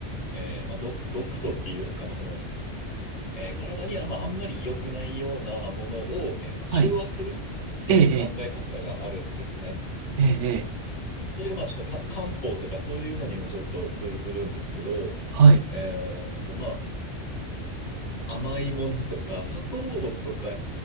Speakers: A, on the left; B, on the right.
A: えーまあ、ど毒素っていうか、まあそのえー体にあ,、まあ、あんまり良くないようなものを、えーと、中和するっていう考え方があるんですね。
B: はい。えー、えー、えーえー
A: それがまあちょっとか漢方とかそういうのにもちょっと通ずるんですけど、
B: はい、
A: えーとまあ、甘いものとか砂糖とか